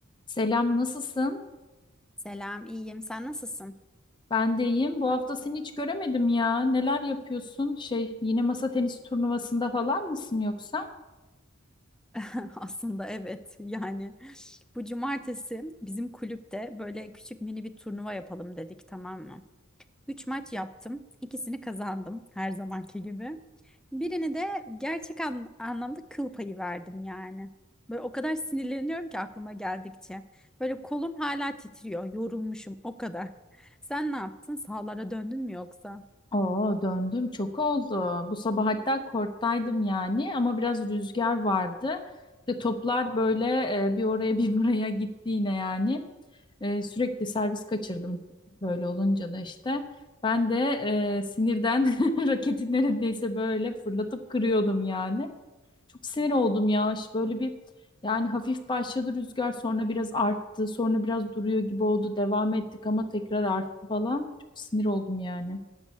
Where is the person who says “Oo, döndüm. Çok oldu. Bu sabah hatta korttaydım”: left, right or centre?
Left